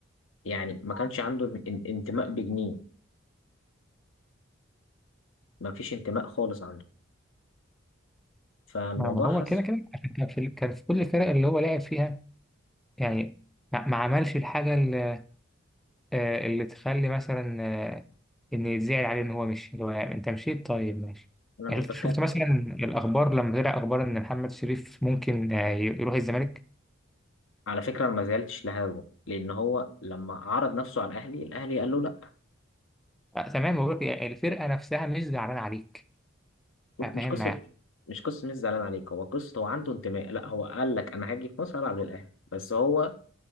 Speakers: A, on the left; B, in the centre.
A: يعني ما كانش عنده ان- ان- انتماء بجنيه ما فيش انتماء خالص عنده فالموضوع
B: ما ما هو
A: حس
B: كده كده عشان كان في كان في كل الفرق اللي هو لعب فيها يعني ما ما عملش الحاجة اللي, آه، اللي تخلي مثلا آه، إن يتزعل عليه إن هو مشي اللي هو يعني أنت مشيت طيب ماشي
A: انا
B: يعني
A: مش
B: شفت
A: بتكلم
B: شفت مثلا الأخبار لما طلع أخبار إن محمد شريف ممكن آه، يروح الزمالك
A: على فكره انا ما زعلتش لهذا لان هو لما عرض نفسه على الاهلي الاهلي قال له لا
B: آه، تمام بقول لك يعني الفرقة نفسها مش زعلانة عليك
A: لا
B: فاهمنا
A: مش قصه
B: يعني
A: مش قصه مش زعلان عليك هو قصه هو عنده انتماء لا هو قال لك انا هاجي في مصر العب للاهلي بس هو